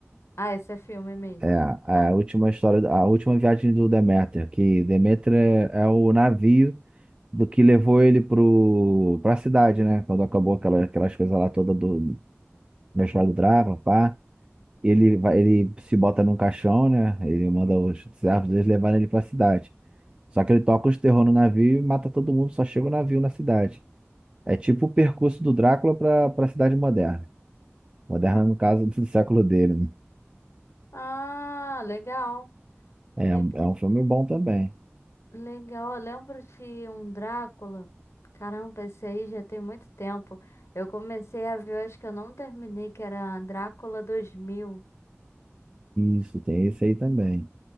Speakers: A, on the left; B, on the right.
A: Ah, esse é filme mesmo.
B: É a
A: Tá.
B: a última história, a última viagem do Demeter, que Demeter é, é o navio do que levou ele pro, para a cidade, né? Quando acabou aquela, aquelas coisas lá toda do, Mestre do Drácula, pá. Ele vai, ele se bota num caixão, né? Ele manda os servos deles levarem ele pra cidade. Só que ele toca os terror no navio e mata todo mundo, só chega o navio na cidade. É tipo o percurso do Drácula pra, pra cidade moderna. Moderna,
A: Ah,
B: no caso, do <laughs> século dele, né?
A: ah, legal.
B: É,
A: Le-
B: um- é um filme bom também.
A: legal. Eu lembro de um Drácula. Caramba, esse aí já tem muito tempo. Eu comecei a ver, eu acho que eu não terminei, que era Drácula 2000.
B: Isso, tem esse aí também.